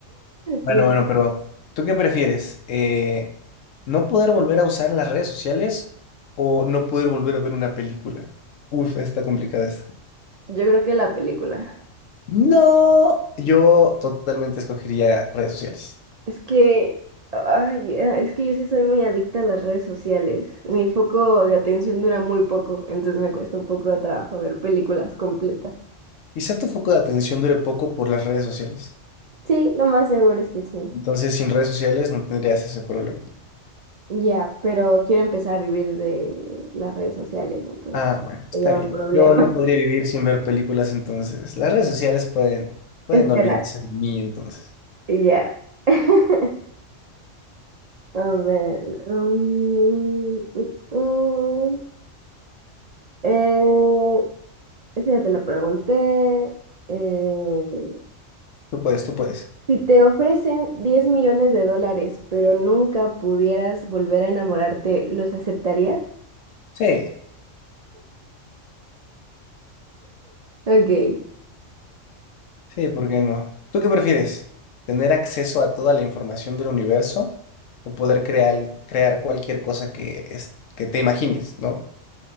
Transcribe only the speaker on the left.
Bueno,
bueno, pero ¿tú qué prefieres? Eh, ¿no poder volver a usar las redes sociales o no poder volver a ver una película? Uf, está complicada esta.
No, yo totalmente escogería redes sociales.
Quizá tu foco de atención dure poco por las redes sociales.
Entonces, sin redes sociales no tendrías ese problema.
Ah, bueno, está
bien.
Yo no
podría vivir sin ver películas, entonces las redes sociales pueden, pueden
no olvidarse de mí, entonces.
Tú puedes, tú puedes.
Sí,
sí, ¿por qué no? ¿Tú qué prefieres? ¿Tener acceso a toda la información del universo o poder crear, crear cualquier cosa que, es, que te imagines, ¿no?